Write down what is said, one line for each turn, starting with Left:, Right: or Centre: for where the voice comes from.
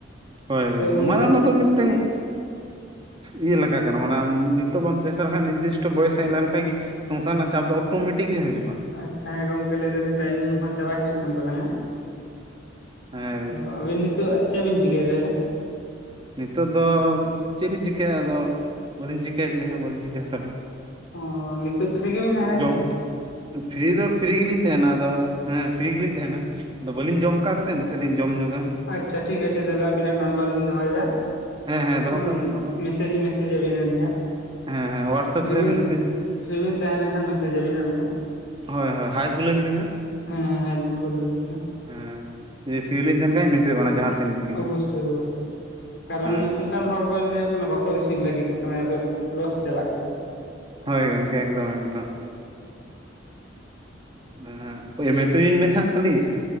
Right: ᱦᱟᱭ ᱜᱚᱝᱠᱮ
Left: ᱛᱚ ᱩᱱᱛᱮ
Right: ᱢᱟᱱᱮ ᱚᱱᱟ ᱫᱚ ᱢᱤᱫ ᱴᱮᱱ ᱤᱭᱟᱹ ᱞᱮᱠᱟ ᱠᱟᱱᱟ ᱢᱟᱱᱮ ᱱᱤᱛᱚᱜ ᱵᱟᱢ ᱪᱮᱥᱴᱟ ᱞᱮᱠᱷᱟᱱ ᱱᱤᱨᱫᱤᱥᱴᱚ ᱵᱚᱭᱮᱥ ᱦᱮᱡ ᱞᱮᱱ ᱠᱷᱟᱡ ᱜᱮ ᱥᱚᱝᱥᱟᱨ ᱨᱮᱱᱟᱜ ᱪᱟᱯ ᱫᱚ ᱚᱴᱟᱢᱮᱴᱤᱠᱞᱤ ᱦᱤᱡᱩᱜᱼᱟ
Left: ᱟᱪᱷᱟ ᱦᱮᱸ ᱜᱚᱝᱠᱮ ᱞᱟᱹᱭ ᱮᱫᱟᱞᱤᱧ ᱴᱟᱭᱤᱢ ᱦᱚᱸ ᱪᱟᱵᱟ ᱦᱤᱡᱩᱜ ᱠᱟᱱ ᱛᱟᱞᱟᱝᱼᱟ ᱦᱮᱸ
Right: ᱦᱮᱸ
Left: ᱟ ᱛᱚ ᱟᱵᱤᱱ ᱱᱤᱛᱚᱜ ᱪᱮᱫ ᱵᱤᱱ ᱪᱤᱠᱟᱹᱭᱮᱫᱟ ᱛᱟᱦᱞᱮ?
Right: ᱱᱤᱛᱚᱜ ᱫᱚ ᱪᱮᱫ ᱞᱤᱧ ᱪᱤᱠᱟᱹᱭᱟ ᱟᱫᱚ ᱵᱟᱹᱞᱤᱧ ᱪᱤᱠᱟᱹᱭᱟ ᱪᱮᱫ ᱦᱚᱸ ᱵᱟᱹᱞᱤᱧ ᱪᱤᱠᱟᱹ ᱦᱟᱛᱟᱲᱟ᱾
Left: ᱚᱸ ᱱᱤᱛᱚᱜ ᱯᱷᱤᱨᱤ ᱜᱮᱵᱤᱱ ᱛᱟᱦᱮᱱᱟ
Right: ᱡᱚᱢ
Left: ᱠᱤ?
Right: ᱯᱷᱤᱨᱤ ᱫᱚ ᱯᱷᱤᱨᱤ ᱜᱮᱞᱤᱧ ᱛᱟᱦᱮᱱᱟ ᱟᱫᱚ ᱦᱮᱸ ᱯᱷᱤᱨᱤ ᱜᱮᱞᱤᱧ ᱛᱟᱦᱮᱱᱟ᱾ ᱟᱫᱚ ᱵᱟᱹᱞᱤᱧ ᱡᱚᱢ ᱟᱠᱟᱜᱼᱟ ᱥᱮ ᱱᱟᱥᱮ ᱞᱤᱧ ᱡᱚᱢ ᱧᱚᱜᱟ᱾
Left: ᱟᱪᱷᱟ ᱴᱷᱤᱠ ᱟᱪᱷᱟ ᱫᱮᱞᱟ ᱟᱵᱤᱱᱟᱜ ᱱᱟᱢᱵᱟᱨ ᱞᱤᱧ ᱫᱚᱦᱚ ᱭᱮᱫᱟ᱾
Right: ᱦᱮᱸ ᱦᱮᱸ ᱫᱚᱦᱚ
Left: ᱦᱩᱸ
Right: ᱠᱟᱜ
Left: ᱦᱩᱸ
Right: ᱵᱮᱱ ᱫᱚᱦᱚ ᱠᱟᱜ ᱵᱮᱱ
Left: ᱢᱮᱥᱮᱡ ᱢᱮᱥᱮᱡ ᱟᱹᱵᱤᱱᱟᱞᱤᱧ ᱦᱟᱸᱜ᱾
Right: ᱦᱮᱸ ᱦᱮᱸ ᱣᱟᱴᱥᱟᱯ
Left: ᱯᱷᱤᱨᱤ
Right: ᱨᱮ ᱦᱟᱜ
Left: ᱵᱤᱱ
Right: ᱵᱮᱱ ᱢᱮᱥᱮᱡᱽ ᱤᱧᱟ
Left: ᱯᱷᱤᱨᱤ ᱵᱮᱱ ᱛᱟᱦᱮᱸ ᱞᱮᱱᱠᱷᱟᱱ ᱢᱮᱥᱮᱡᱽ ᱟᱵᱤᱱ ᱟᱹᱵᱤᱱ ᱦᱚᱸ
Right: ᱦᱳᱭ ᱦᱳᱭ ᱦᱟᱭ ᱠᱩᱞᱟᱹᱧ ᱵᱮᱱ ᱦᱟᱸᱜ
Left: ᱦᱮᱸ ᱦᱮᱸ ᱦᱟᱭ ᱞᱤᱧ ᱠᱩᱞ ᱟᱹᱵᱤᱱ ᱠᱟᱱᱟ
Right: ᱦᱮᱸ ᱯᱷᱤᱨᱤ ᱯᱷᱤᱨᱤ ᱞᱤᱧ ᱛᱟᱦᱮᱱ ᱠᱷᱟᱡ ᱢᱮᱥᱮᱡᱽ <unintelligible> ᱵᱟᱝ ᱡᱟᱦᱟᱸ ᱛᱤᱱ ᱨᱮᱜᱮ ᱦᱟᱸᱜ
Left: ᱚᱵᱚᱥᱳᱭ ᱚᱵᱚᱥᱳᱭ ᱠᱟᱨᱚᱱᱚᱜ
Right: ᱦᱳᱭ
Left: ᱚᱱᱠᱟᱱ
Right: ᱦᱳᱭ
Left: ᱦᱚᱲ ᱠᱚ ᱡᱤᱣᱮᱫᱚᱜ ᱠᱟᱱᱟ ᱵᱟᱠᱚ ᱨᱤᱥᱤᱵᱷ ᱞᱟᱹᱜᱤᱫᱚᱜ ᱠᱟᱱᱟ ᱟᱫᱚ ᱞᱚᱥ ᱪᱟᱞᱟᱜ ᱠᱟᱱᱟ᱾
Right: ᱦᱚᱭ ᱜᱚᱝᱠᱮ ᱮᱠᱫᱚᱢ ᱮᱠᱫᱚᱢ ᱢᱮᱥᱟᱜ <unintelligible> ᱢᱮᱥᱮᱡᱽᱤᱧ ᱵᱮᱱ ᱦᱟᱸᱜ ᱠᱷᱟᱹᱞᱤ ᱥᱮ